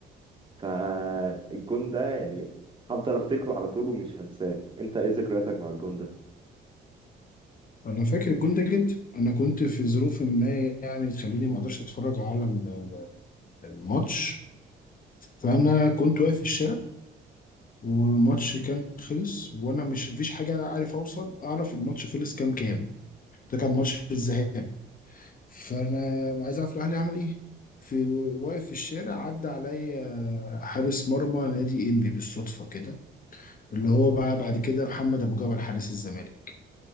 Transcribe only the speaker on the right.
فالجون ده يعني هفضل أفتكره على طول ومش هنساه أنت إيه ذكرياتك مع الجون ده؟